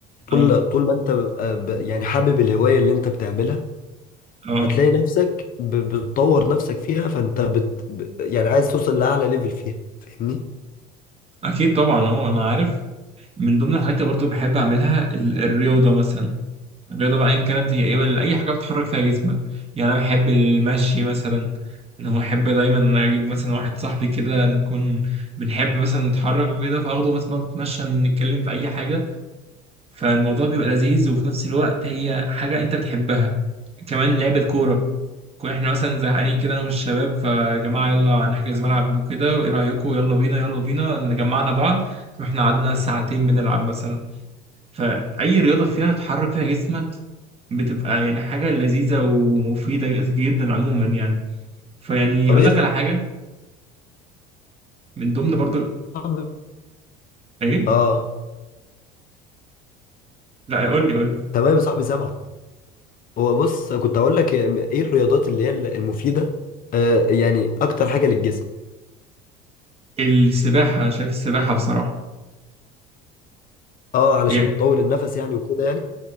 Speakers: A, on the left (about 45°); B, on the right (about 30°).
A: طول
B: اه
A: طول ما انت آه، ب- يعني حابب الهوايه اللي انت بتعملها
B: اه
A: هتلاقي نفسك ب- بتطور نفسك فيها فانت بت... ب- يعني عايز توصل لاعلى ليفل فيها فاهمني
B: اكيد طبعا هو انا عارف من ضمن الحاجات اللي برضه بحب اعملها ال- الرياضه مثلا الرياضه بقى ايا كانت هي ايه اي حاجه بتحرك فيها جسمك يعني انا بحب المشي مثلا ان هو احب دايما اجيب مثلا واحد صاحبي كده نكون بنحب مثلا نتحرك وكده فاخده مثلا نقعد نتمشى نتكلم في اي حاجه فالموضوع بيبقى لذيذ وفي نفس الوقت هي حاجه انت بتحبها كمان لعب الكوره كون احنا مثلا زهقانين كده انا والشباب فيا جماعه يلا نحجز ملعب وكده وايه رايكم يلا بينا يلا بينا نجمعنا بعض رحنا قعدنا ساعتين بنلعب مثلا فاي رياضه فيها تحرك فيها جسمك بتبقى يعني حاجه لذيذه ومفيده جدا عموما يعني فيعني
A: طب
B: اقول
A: ايه
B: لك
A: يا
B: على حاجه من ضمن برضو
A: صاحبي
B: ايه
A: اه
B: لا قول لي قول لي
A: تمام يا صاحبي سامعك هو بص كنت هقول لك ايه الرياضات اللي هي المفيده آه يعني اكتر حاجه للجسم
B: السباحه شايف السباحه بصراحه
A: اه علشان
B: هي-
A: بتطول النفس يعني وكده يعني